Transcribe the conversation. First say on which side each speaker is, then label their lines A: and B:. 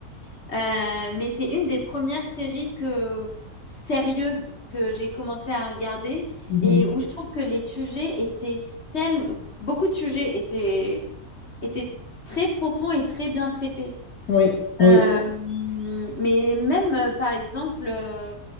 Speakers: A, on the left; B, on the left.
A: euh, mais c'est une des premières séries que sérieuses que j'ai commencé à regarder
B: Mhm.
A: et où je trouve que les sujets étaient tellement beaucoup de sujets étaient étaient très profonds et très bien traités.
B: Oui, oui.
A: Euh, mais même, euh, par exemple, euh,